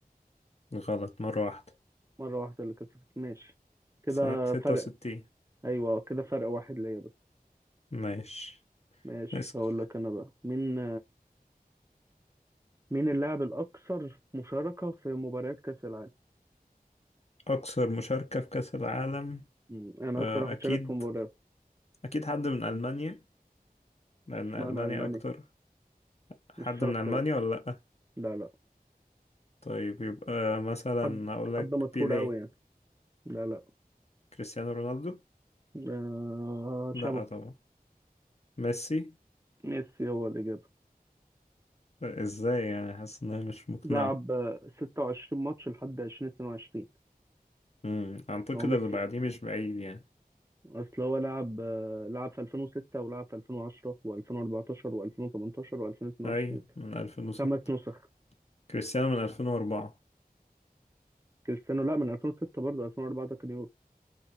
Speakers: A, on the left; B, on the right.
A: غلط مرة واحدة
B: مرة واحدة اللي كسبت ماشي كده
A: سنة ستة
B: فرق
A: وستين
B: أيوة كده فرق واحد ليا بس
A: ماشي
B: ماشي
A: اسأل
B: هقول لك أنا بقى مين مين اللاعب الأكثر مشاركة في مباريات كأس العالم؟
A: أكثر مشاركة في كأس العالم
B: مم، أنا
A: آه
B: أكتر واحد
A: أكيد
B: شارك في مباريات
A: أكيد حد من ألمانيا لأن
B: مش
A: ألمانيا
B: معنى ألماني
A: أكتر حد
B: مش شرط
A: من ألمانيا
B: لأ
A: ولا
B: لا لا
A: طيب يبقى مثلا
B: حد
A: اقول لك
B: حد مشهور
A: بيليه
B: أوي يعني لا لا
A: كريستيانو رونالدو
B: آه
A: لا
B: شابو
A: طبعا ميسي
B: ميسي هو الإجابة
A: لا، ازاي يعني حاسس انها مش مقنعة
B: لعب آه، 26 ماتش لحد 2022
A: امم اعتقد
B: هو ميسي
A: اللي بعديه مش بعيد يعني
B: اصل هو لعب آه، لعب في 2006 ولعب في 2010 و2014 و2018 و2022
A: اي من 2006
B: خمس نسخ
A: كريستيانو من 2004
B: كريستيانو لا من 2006 برضه 2004 ده كان يورو